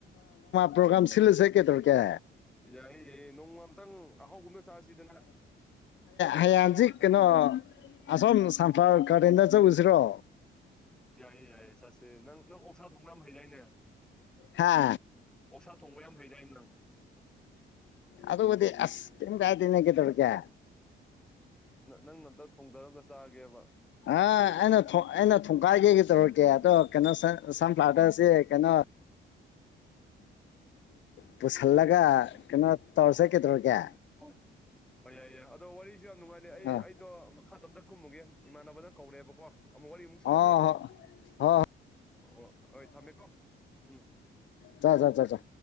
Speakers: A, on the left; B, in the centre.
A: ꯄꯣꯒ꯭ꯔꯝ ꯁꯤ ꯁꯦ ꯀꯦ ꯇꯧꯔꯀꯦ
B: ꯌꯥꯏꯌꯦ ꯅꯣꯡꯃꯥꯝꯇꯪ ꯑꯍꯥꯎꯒꯨꯝꯗ ꯆꯥꯁꯤꯗꯅ
A: ꯍꯌꯦꯌꯥꯡꯖꯤꯛ ꯀꯩꯅꯣ ꯑꯁꯣꯝ ꯁꯝꯐ꯭ꯂꯥꯋꯔ ꯒꯥꯔꯗꯦꯟꯗ ꯆꯠꯎꯁꯤꯔꯣ
B: ꯌꯥꯏꯌꯦ ꯌꯥꯏꯌꯦ ꯆꯠꯦ ꯅꯪ ꯅ ꯑꯣꯛꯁꯥ ꯊꯣꯡꯥ ꯍꯩ ꯂꯩꯅꯦ
A: ꯍꯥ
B: ꯑꯣꯛꯁ ꯊꯣꯡꯕ ꯌꯥꯝ ꯍꯩꯩꯅꯩ ꯅꯪ
A: ꯑꯗꯕꯨꯗꯤ ꯑꯁ ꯀꯅ ꯀꯦꯇꯔꯀꯦ
B: ꯅꯪꯅ ꯑꯝꯇ ꯊꯣꯡꯗꯔꯝꯒ ꯆꯥꯒꯦꯕ
A: ꯑ ꯑꯩꯅ ꯑꯩꯅ ꯊꯣꯡꯈꯥꯏꯒꯦ ꯀ ꯇꯧꯔꯛꯀꯦ ꯑꯗꯣ ꯀꯩꯅꯣ ꯁꯟꯐ꯭ꯂꯥꯗꯔꯁꯤ ꯀꯩꯅꯣ
B: <unintelligible>
A: ꯄꯨꯁꯤꯜꯂꯒ
B: ꯑꯣ
A: ꯀꯩꯅꯣ ꯇꯧꯔ ꯆꯠꯀꯦꯗꯧꯒꯦ
B: ꯍꯣꯏ ꯌꯥꯏ ꯌꯥꯏ ꯑꯗꯣ ꯋꯥꯔꯤꯁꯨ ꯌꯥꯝ ꯅꯨꯡꯉꯥꯏꯅꯩ ꯑꯩ
A: ꯑꯥ
B: ꯑꯩꯗꯣ ꯃꯈꯥ ꯇꯝꯇ ꯀꯨꯝꯃꯨꯒꯦ ꯏꯃꯥꯟꯅꯕꯅ ꯀꯧꯔꯛꯦꯕꯀꯣ ꯑꯃꯨꯛ ꯋꯥꯔꯤ ꯑꯃꯨꯛ ꯁꯥꯁꯦ
A: ꯑꯣ ꯍꯣ ꯍꯣ
B: ꯑꯣ ꯍꯣꯏ ꯊꯝꯃꯦꯀꯣ ꯎꯝ
A: ꯆꯥ ꯆ ꯆꯥ ꯆ